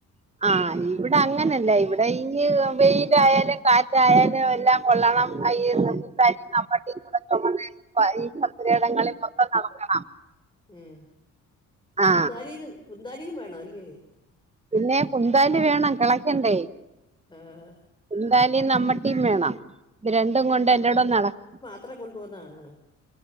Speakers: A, on the right; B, on the left.
A: ആഹ ഇവിടെ അങ്ങനല്ല. ഇവിടെ ഈ വെയിലായാലും കാറ്റായാലും എല്ലാം കൊള്ളണം കയ്യീരുന്ന കുന്താലി നമ്മട്ടി കൂടെ ചുമന്ന് ഈ പുരയിടങ്ങളിൽ മൊത്തം നടക്കണം
B: ഉം
A: ആ
B: പുന്താരി കുന്തരിയും വേണല്ലേ
A: പിന്നെ കുന്താലി വേണം കിളക്കണ്ടെ?
B: ആഹ്
A: കുന്താലിം നമ്മട്ടിം വേണം ഇത് രണ്ടും കൊണ്ട് എല്ലെടോം നടക്ക
B: ത്ര കൊണ്ട പോന്നതാണ്